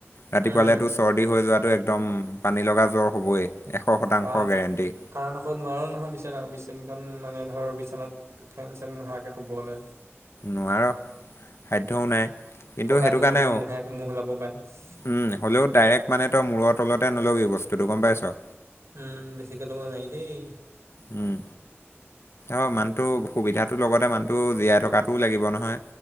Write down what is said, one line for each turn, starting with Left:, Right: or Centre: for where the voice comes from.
Left: ৰাতিপুৱালে
Right: উম
Left: তোৰ চৰ্দি হৈ যোৱাটো একদম পানীলগা জ্বৰ হ'বই, এশ শতাংশ
Right: কাৰণ
Left: গেৰেণ্টি।
Right: কাৰণ আকৌ নোৱাৰোঁ নহয়, বিচনা বিচনীখন মানে ধৰ বিচনাত ফেন চেন নোহোৱাকৈ শুবলৈ।
Left: নোৱাৰো, সাধ্যও নাই। কিন্তু
Right: পকা
Left: সেইটো
Right: শুবলৈও
Left: কাৰণে
Right: মোহে মহ উলাব পাৰে।
Left: উম হলেও ডাইৰেক্ট মানে তই মূৰৰ তলতে নল'বি বস্তুটো গম পাইছ।
Right: উম, বেছিকে ল'ব নোৱাৰি দেই।
Left: উম, অ, মানুহটো সুবিধাটো লগতে মানুহটো জীয়াই থকাতোও লাগিব নহয়।